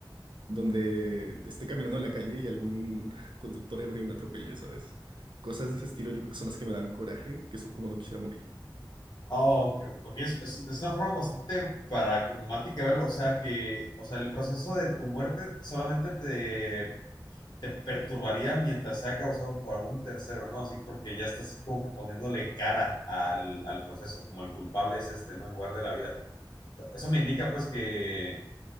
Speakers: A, on the right; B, on the left.
A: donde esté caminando en la calle y algún conductor ebrio me atropelle, ¿sabes? Cosas de ese estilo yo creo que son las que me dan coraje, que son como no quisiera morir.
B: Oh, ok, ok, ok, Es, es- es una forma bastante pragmática de verlo. O sea que, o sea, el proceso de tu muerte solamente te, te perturbaría mientras sea causado por algún tercero, ¿no? Así porque ya estás como que poniéndole cara al, al proceso, como el culpable es este, ¿no? En lugar de la vida. O sea, Eso me indica, pues, que,